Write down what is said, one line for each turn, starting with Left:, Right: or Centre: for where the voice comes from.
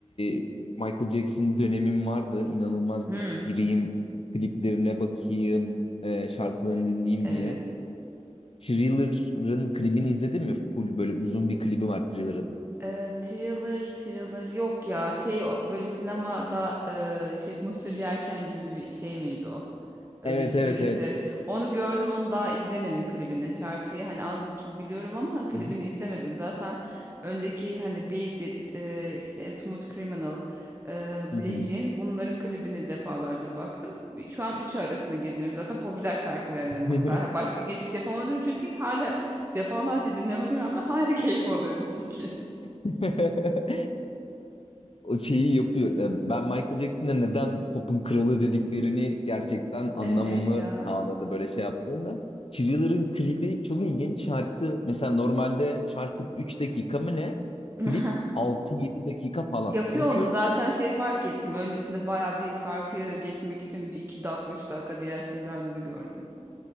Left: e, Michael Jackson dönemim vardı. İnanılmaz
Right: Hmm,
Left: bir gireyim, kliplerine bakayım, e, şarkılarını dinleyeyim
Right: evet.
Left: diye. Thriller'ın klibini izledin mi? Full böyle uzun bir klibi var Thriller'ın.
Right: Ee, thriller thriller yok ya şey o- böyle sinemada e, şey mısır yerken gibi bir şey miydi o? Öyle
Left: Evet
Right: bir görüntü.
Left: evet evet.
Right: Onu gördüm, onu daha izlemedim klibini. Şarkıyı hani az buçuk biliyorum ama klibini
Left: Hı hı.
Right: izlemedim. Zaten önceki hani Beat It, e, işte Smooth Criminal, e, Billie
Left: Hı
Right: Jean bunların klibini defalarca baktım. Şu an üçü arasında geziniyorum. Zaten popüler şarkılarından
Left: hı.
Right: bak daha başka geçiş yapamadım çünkü hala defalarca dinlememe rağmen hala <laughs> keyif alıyorum çünkü.
Left: <laughs> o şeyi yapıyor. E, Ben Michael Jackson'a neden pop'un kralı dediklerini gerçekten anlamamı
Right: Evet ya.
Left: sağladı böyle şey yaptığında. Thriller'ın klibi çok ilginç. Şarkı mesela normalde şarkı 3 dakika mı ne?
Right: <laughs>
Left: Klip altı yedi dakika falan.
Right: Yapıyor
Left: Çünkü
Right: onu zaten şey fark ettim. Öncesinde baya bir şarkıya geçmek için bir iki dakika üç dakika diğer şeylerde de gördüm.